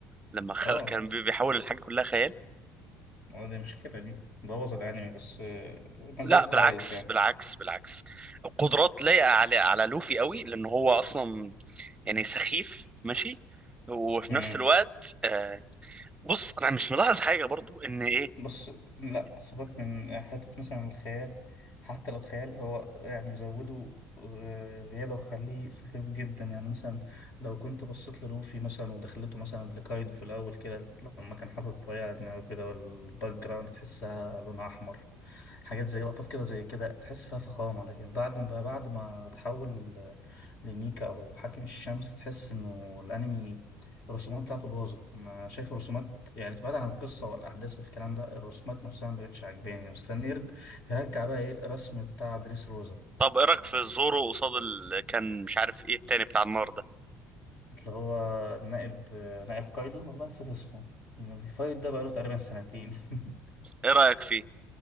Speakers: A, on the right; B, on the left.
A: لما خ...
B: اه
A: كان بي- بيحاول الحاجه كلها خيال
B: آه، دي مشكلة دي بوظ الانمي بس آه، ما
A: لا
B: زال
A: بالعكس
B: كويس يعني
A: بالعكس بالعكس القدرات لايقه على على لوفي قوي لان هو اصلا يعني سخيف ماشي وفي
B: امم
A: نفس الوقت آه بص انا مش ملاحظ حاجه برضو ان ايه
B: بس لا سيبك من حتة مثلا الخيال حتى لو خيال هو يعني زوده آه، زيادة وخليه سخيف جدا يعني مثلا لو كنت بصيت للوفي مثلا ودخلته مثلا لكايدو في الأول كده لما كان حاطط الطريقة على دماغه كده والباك جراوند تحسها لونها أحمر حاجات زي لقطات كده زي كده تحس فيها فخامة لكن بعد ما بعد ما تحول لنيكا أو حاكم الشمس تحس إنه الأنمي الرسومات بتاعته باظت أنا شايف الرسومات يعني بعيد عن القصة والأحداث والكلام ده الرسومات نفسها مبقتش عاجباني مستني يرج- يرجع بقى إيه الرسم بتاع دريس روزا
A: طب ايه رايك في زورو قصاد ال... كان مش عارف ايه التاني بتاع النار ده
B: اللي هو نائب نائب كايدو والله نسيت اسمه الفايت ده بقاله تقريبا سنتين <laughs>
A: ايه رايك فيه